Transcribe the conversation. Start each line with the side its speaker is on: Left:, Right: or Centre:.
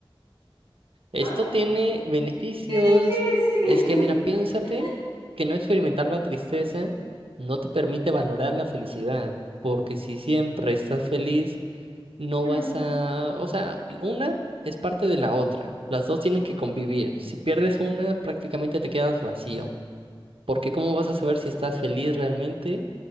Right: Esto
Left: ¡Ah,
Right: tiene beneficios.
Left: qué difícil!
Right: Es que, mira, piénsate
Left: <laughs>
Right: que no experimentar la tristeza no te permite valorar la felicidad, porque si siempre estás feliz, no
Left: Mm,
Right: vas a... O sea, una es parte de la otra. Las dos tienen que convivir. Si pierdes una, prácticamente te quedas vacío. Porque ¿cómo vas a saber si estás feliz realmente